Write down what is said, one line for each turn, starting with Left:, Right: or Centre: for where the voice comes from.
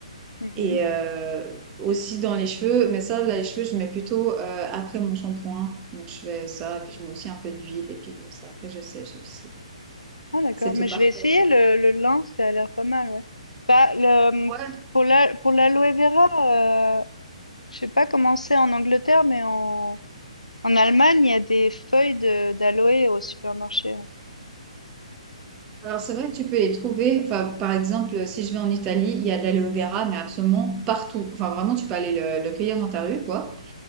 Left: Mmh
Right: Et euh, aussi dans les cheveux, mais ça, là, les cheveux, je mets plutôt euh, après mon shampoing. Donc je fais ça, puis je mets aussi un peu d'huile, et puis comme ça, après je sèche, et puis c'est tout.
Left: Ah d'accord,
Right: C'est tout
Left: mais
Right: parfait,
Left: je vais essayer
Right: quoi.
Left: le le lin, ça a l'air pas mal, ouais. Bah le, mmh,
Right: Ouais,
Left: pour l'a pour l'aloe vera, heu, je sais pas comment c'est en Angleterre, mais en en Allemagne, il y a des feuilles de d'aloe au supermarché.
Right: alors c'est vrai que tu peux les trouver. Enfin, par exemple, si je vais en Italie, il y a de l'aloe vera, mais absolument partout. Enfin, vraiment, tu peux aller le, le cueillir dans ta rue, quoi.